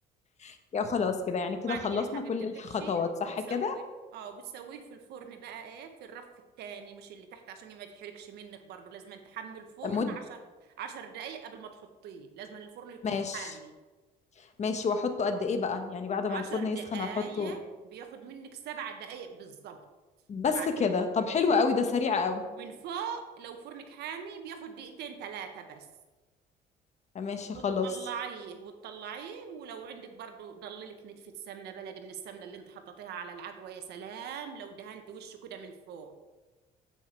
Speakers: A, on the left (about 40°); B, on the right (about 75°).
A: <laughs> يا خلاص كده يعني كده
B: بعد
A: خلصنا
B: كده حبيبتي
A: كل الخطوات
B: بتحشيه وبتسويه
A: صح كده
B: اه وبتسويه في الفرن بقى ايه في الرف التاني مش اللي تحت عشان ما يتحرقش منك برضو لازم أن تحمي الفرن
A: مد
B: عشر عشر دقايق قبل ما تحطيه لازم أن الفرن يكون
A: ماشي
B: حامي
A: ماشي واحطه قد ايه بقى يعني بعد ما
B: عشر
A: الفرن يسخن
B: دقايق
A: احطه
B: بياخد منك سبع دقايق بالظبط
A: بس
B: سبع
A: كده
B: دقايق
A: طب حلو قوي ده سريع قوي
B: من فوق لو فرنك حامي بياخد دقيقتين ثلاثة بس
A: آه، ماشي
B: وتطلعيه
A: خلاص
B: وتطلعيه ولو عندك برضو ضللك نتفة سمنة بلدي من السمنة اللي انت حطيتيها على العجوة يا سلام لو دهنت وشه كده من فوق